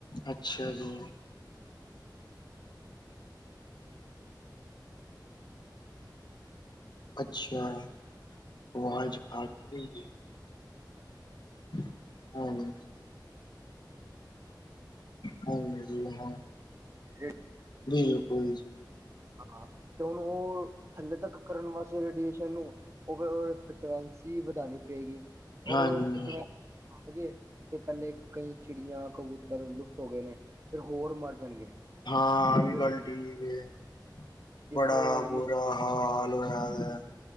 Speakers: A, on the left (about 65°); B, on the right (about 35°).
A: ਅੱਛਾ ਜੀ। ਅੱਛਾ ਆਵਾਜ਼ ਕੱਟ ਰਈ ਏ। ਹਾਂਜੀ। ਹਾਂਜੀ ਹਾਂ।
B: ਇਹ
A: ਬਿਲਕੂਲ ਜੀ।
B: ਹਾਂ ਤੇ ਹੁਣ ਉਹ ਥੱਲੇ ਤੱਕ ਕਰਨ ਵਾਸਤੇ ਰੇਡੀਏਸ਼ਨ ਨੂੰ ਓਵਓ ਫਕੁਸੀ ਵਧਾਨੀ ਪਏਗੀ
A: ਹਾਂਜੀ।
B: ਔਰ ਫੇਰ ਹੈਗੇ ਤੇ ਪਹਿਲੇ ਕਈ ਚਿੜੀਆਂ ਕਬੂਤਰ ਲੁਪਤ ਹੋ ਗਏ ਨੇ। ਫਿਰ ਹੋਰ ਮਰ ਜਾਣਗੇ।
A: ਹਾਂ ਆ ਵੀ
B: ਪਰ
A: ਗੱਲ ਠੀਕ ਏ।
B: ਇੱਕ
A: ਬੜਾ ਬੁਰਾ
B: ਨਿਸ਼ਚਿਤ
A: ਹਾਲ ਚਲੋ ਯਾਦ ਆ।